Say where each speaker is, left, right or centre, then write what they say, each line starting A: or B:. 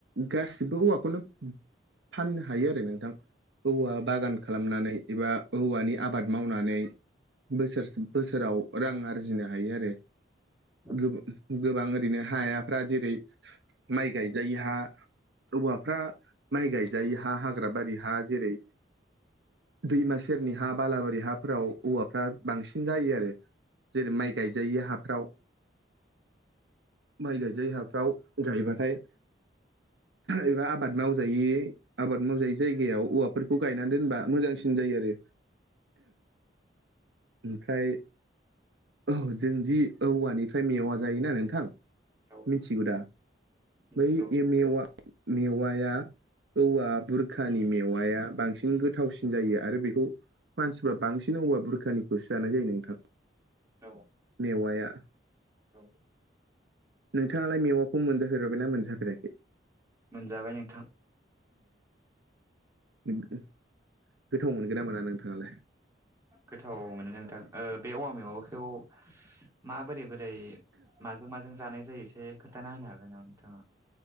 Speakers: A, on the right; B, on the right.
A: गासिबो औवाखौनो फाननो हायो आरो नोंथां। औवा बागान खालामनानै एबा औवानि आबाद मावनानै बोसोर बोसोराव रां आरजिनो हायो आरो।
B: औ
A: गो-गोबां ओरैनो हायाफ्रा जेरै माइ गायजायै हा। औवाफ्रा माइ गायजायि हा हाग्रा बारि हा जेरै दैमा सेरनि हा बालाबारि हाफोराव औवाफ्रा बांसिन जायो आरो। जेरै माइ गायजायि
B: औ
A: हाफ्राव। माइ गायजायै हाफ्राव गायोबाथाय एबा आबाद मावजायै आबाद मावजायै जायगायाव औवाफोरखौ गायनानै दोनबा मोजांसिन जायो आरो। ओमफ्राय औ जोंदि औवानिफ्राय मेवा जायोना नोंथां।
B: औ
A: मिथिगौ दा
B: मिथिगौ
A: बै
B: नोंथां
A: मेवा मेवाया औवा बुरखानि मेवाया बांसिन गोथावसिन जायो आरो बेखौ मानसिफ्रा बांसिन औवा बुरखानिखौसो जानाय जायो नोंथां।
B: औ
A: मेवाया
B: औ
A: नोंथाङालाय मेवाखौ मोनजाफेरबाय ना मोनजाफेराखै?
B: मोनजाबाय नोंथां।
A: गोथाव मोनगोन ना मोना नोंथाङालाय?
B: गोथाव मोनो नोंथां ओ बे औवा मेवायखौ मा बोरै बोरै माजों माजों जानाय जायो एसे खोन्थाना होनो हागोन नामा नोंथाङा।